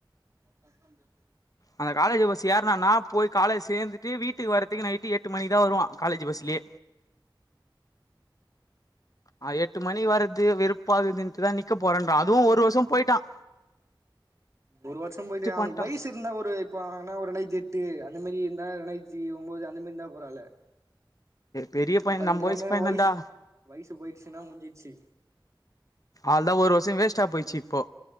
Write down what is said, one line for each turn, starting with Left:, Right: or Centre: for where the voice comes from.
Right: ஹஸ்பண்ட் ரெண்டு
Left: அந்த காலேஜ் பஸ் ஏற்னனா போய் காலேஜ் சேர்ந்துட்டு வீட்டுக்கு வரத் இத்தனிக்கூ நைட்டு எட்டு மணிக்கு தா வருவா காலேஜ் பஸ்லியே அ எட்டு மணி வறத்துக்கே வெறுப்பா கீதூன்ட்டுதா நிக்க போறன்றா அதுவூ ஒரு வருஷோ போயிட்டான்
Right: ஒரு வருஷோ போயட்டு ஆவனுக்
Left: பண்ட்டா
Right: வய்ஸ் த்து இருந்தா ஒரு இப்ப ஆனா ஒரு இரண்டாயிரத்தி எட்டு அந்த மாதிரி இருந்தா இரண்டாயிரத்தி ஒன்பது அந்த மாரி இருந்தா பரவால்ல
Left: பெரிய
Right: ஆ
Left: பைய
Right: பதினெட்டுக்
Left: நம்ம வயசு
Right: கம்மியா
Left: பைய
Right: வய்ஸ்
Left: தான்டா
Right: வயசு போயிட்ச்சுன்னா முன்ஞ்சிட்ச்சு
Left: அவள் தா ஒரு வருஷொ வேஸ்ட் போயிச்சு இப்போ